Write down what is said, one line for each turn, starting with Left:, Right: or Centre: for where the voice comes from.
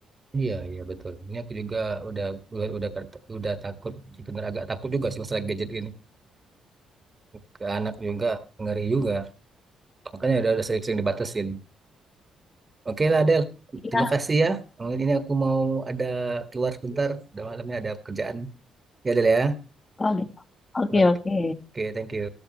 Right: iya iya betul ini aku juga udah udah udah, udah takut bener agak takut juga sih masalah gadget gini ke anak juga ngeri juga makanya udah udah sering-sering dibatasin oke lah Del
Left: Iya.
Right: terima kasih ya Oh, ini aku mau ada keluar sebentar udah malamnya ada kerjaan ya Del ya
Left: Oh gitu. Oke,
Right: oke
Left: oke.
Right: oke, thank you